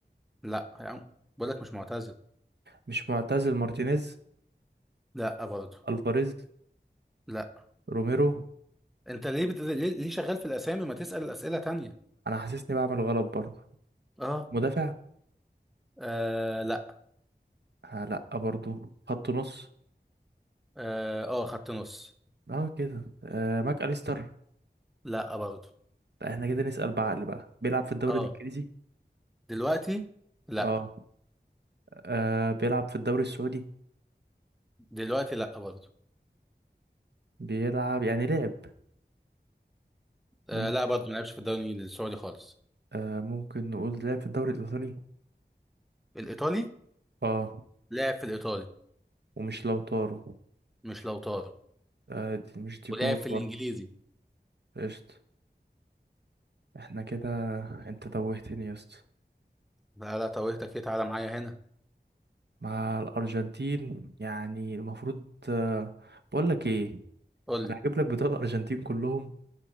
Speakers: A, in the centre; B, on the right.
A: لا يا عم بقول لك مش معتزل
B: مش معتزل مارتينيز
A: لا برضه
B: الفاريز
A: لا
B: روميرو
A: انت ليه بت... ليه ليه شغال في الاسامي ما تسأل اسئلة تانية
B: انا حاسسني بعمل غلط برضه
A: اه
B: مدافع
A: آه لا
B: آه لا برضه خط نص
A: اه آه، خط نص
B: اه كده آه ماك اليستر
A: لا برضه
B: لا، احنا كده نسأل بعقل بقى بيلعب في الدوري
A: اه
B: الانجليزي
A: دلوقتي لا
B: اه آه بيلعب في الدوري السعودي
A: دلوقتي لا برضه
B: بيلعب يعني لعب
A: آه
B: ممكن
A: لا برضه ما لعبش في الدوري السعودي خالص
B: آه ممكن نقول لعب في الدوري الإيطالي
A: الايطالي
B: اه
A: لعب في الايطالي
B: ومش لو طارو
A: مش لو طارق
B: آه دي مش ديبول
A: ولعب في الانجليزي
B: برضه قشطة احنا كده انت توهتني يا اسطى
A: لا لا توهتك ايه تعالى معايا هنا
B: مع الأرجنتين يعني المفروض آه بقول لك ايه
A: قول
B: انا
A: لي
B: هجيب لك بطاقة الأرجنتين كلهم